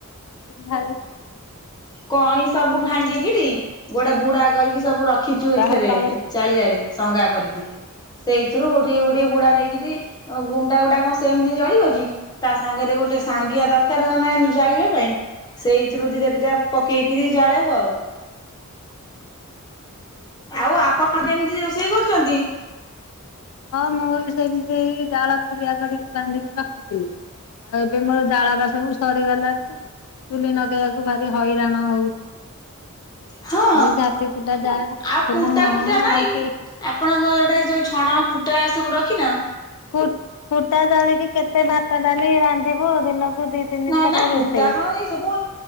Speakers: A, on the left (about 75°); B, on the left (about 20°).
A: <unintelligible>
B: କଣି ସବୁ ଭାଙ୍ଗିକିରି ଗୋଟେ ବୁଡା କରିକି ସବୁ ରଖିଛୁ
A: ଯାହା
B: ଏଥେରେ।
A: ହଉ ତମର
B: ଚାଳିଆରେ ସଙ୍ଗା କରିକି। ସେଇଥିରୁ ଗୋଟିଏ ଗୋଟିଏ ବୁଡା ନେଇକିରି ଗୁଣ୍ଡା ଗୁଣ୍ଡା କଣ ସେମିତି ଜଳିବ କି। ତା ସାଙ୍ଗରେ ଗୋଟେ ସାଙ୍ଗିଆ ଦରକାର ନା ନାଇଁ ଜାଳିବା ପାଇଁ ସେଇ ଏଇଥିରୁ ଦିଟା ଦିଟା ପକେଇକିରି ଜାଳିବୁ ଆଉ।
A: ହଁ ଏବେ ତ
B: ଆଉ
A: ସେଇ
B: ଆପଣ କେମିତି ରୋଷେଇ କରୁଛନ୍ତି?
A: ହଁ ମୁଁ ବି ସେମିତି ଜାଳ କୁଡିଆ କରିକି ବାନ୍ଧିକି ରଖିଥିଲି। ଆଉ ଏବେ ମୋର ଜାଳରା ସବୁ ସରିଗଲାଣି। ଚୁହ୍ଲି ନଗେଇବାକୁ ଭାରି ହଇରାଣ ହଉ
B: ହଁ
A: ଏଇ ଝାଟି କୁଟା ଯାହାରଖିଥିଲୁ
B: ଆଉ କୁଟା
A: ହଁ
B: ଫୁଟା ନାଇଁ
A: ଆଉ କେଇ
B: ଆପଣଙ୍କ ଆଡ଼େ ଯୋଉ ଛଣ କୁଟା ସବୁ ରଖିିନ?
A: କୁଟ କୁଟା ଜାଳିକି କେତେ ଭାତ ଡାଲି ରାନ୍ଧିବୁ ଦିନକୁ ଦି ତିନି
B: ନା
A: ଥର
B: ନା
A: ରୋଷେଇ।
B: କୁଟା କଣ ଏଇ ସବୁ